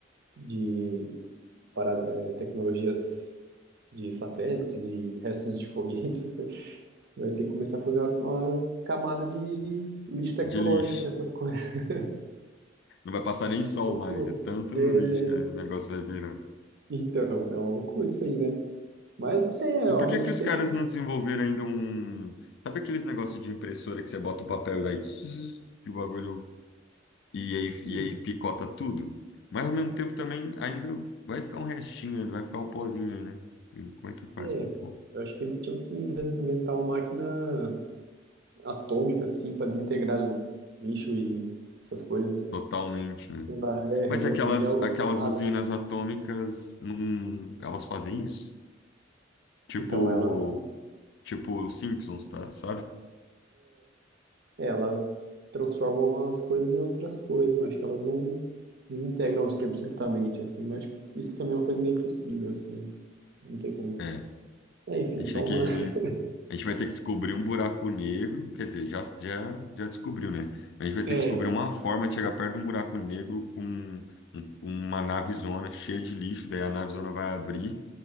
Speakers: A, on the right; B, on the left.
A: de para, eh, tecnologias de satélites e restos de foguetes, <laughs> essas coisas. Vai ter que começar a fazer uma, uma camada de lixo tecnológico
B: De lixo.
A: dessas coisas. <laughs>
B: Não vai passar nem sol
A: Loucura.
B: mais. É tanto
A: É,
B: lixo que o negócio vai virando.
A: então, é uma loucura isso aí, né? Mas, não sei, é,
B: E
A: ao
B: por que
A: mesmo
B: que os
A: tempo,
B: caras não desenvolveram ainda um... Sabe aqueles negócios de impressora que você bota o papel e vai... zzz, E o bagulho e aí,
A: sim.
B: e aí picota tudo. Mas ao mesmo tempo também ainda vai ficar um restinho, ele vai ficar o pozinho aí, né? E Como é que faz
A: É,
B: com o pó?
A: eu acho que eles tinham que inven- inventar uma máquina atômica, assim, para desintegrar lixo e essas coisas.
B: Totalmente, né?
A: Ela é
B: Mas
A: reduzir
B: aquelas,
A: ao
B: aquelas
A: nada.
B: usinas atômicas, não, elas fazem isso? Tipo,
A: Então, elas,
B: tipo os Simpsons, tá? Sabe?
A: é, elas transformam as coisas em outras coisas, mas acho que elas não desintegram assim absolutamente, assim, mas acho que isso isso também é uma coisa meio impossível, assim, não tem como...
B: É.
A: É, enfim,
B: A gente
A: só
B: tem que
A: uma... <laughs>
B: A gente vai ter que descobrir um buraco negro, quer dizer, já, já, já descobriu, né? A gente vai ter
A: É,
B: que descobrir uma forma de chegar perto de um buraco negro com, um- com uma navezona cheia de lixo, daí a navezona vai abrir